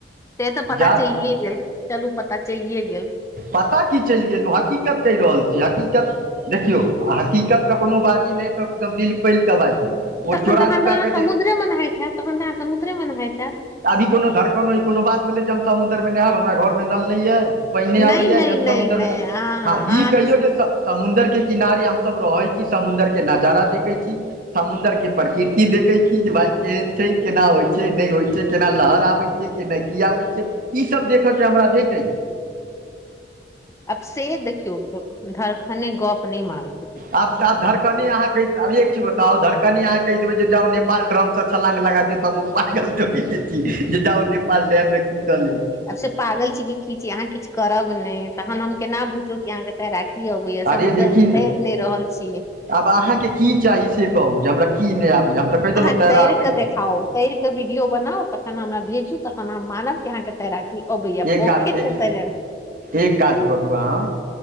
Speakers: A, on the left (about 15°); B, on the right (about 50°).
A: से तऽ पता
B: जा
A: चलिए गेल चलू पता चेलिए गेल
B: पता की चइल गेलहुँ हकीकत कहि रहल छी हकीकत देखियौ हकीकतके कोनो बाजी नय तऽ एकदम दिल खोइल कऽ बाजी ओ
A: तख
B: चोरा
A: तख तऽ
B: नुका
A: अहाँ
B: के
A: समुद्रे
B: जे
A: म नहाय होइत हब तखन त अहाँ समुद्रे म न होइत हैब
B: अभी कोनो धड़कनो ई कोनो बात भेलै जे हम समुद्रमे नहायब हमरा घरमे नल नय यइ पइन ने
A: नहि
B: आबैया
A: नहि
B: ज
A: नहि
B: समुद्र
A: नहि
B: मे
A: अहाँ
B: हँ
A: अहाँ
B: ई कहियौ
A: तऽ
B: जे समुंद्र के किनारे हम सब रहे छी समुद्र के नजारा देखे छी समुद्र के प्रकृति देखै छी जे भाय केहन छै केना होइ छै नइ होइ छै केना लहर आबै छै केना की आबै छै ईसभ देखयके हमरा भेटैए
A: अब से देखियौ धरखने गप नय मारु
B: आब आब धड़कने अहाँ कह आब एक चीज बताओ छड़कने अहाँ केह देबै जाउ नेपाल्र डरम स छलांग लगा दिओ तऽ हम उ पागल थोड़ी न छी पाल डैममे कूद लेल
A: आब से पागल छी कि कि अहाँ किछु करब नय तखन हम केना बुझू कि अहाँके तैरााकी अबैया
B: अरे
A: समुद्र
B: लेकिन
A: मे तैर नय रहल छी
B: आब अहाँके की चाही से कहू जे हमरा की नइ आबैए हम तऽ कहि देलहुँ
A: आहाँ
B: तैरय
A: तैरी
B: आबैए
A: क देखाउ तैर के वीडियो बनाउ तखन हमरा भेजू तखन हम मानब क अहाँ के तैराकी अबैया
B: एक
A: पोखरि
B: काज
A: के
B: एक
A: तैर
B: एक काज करू अहाँ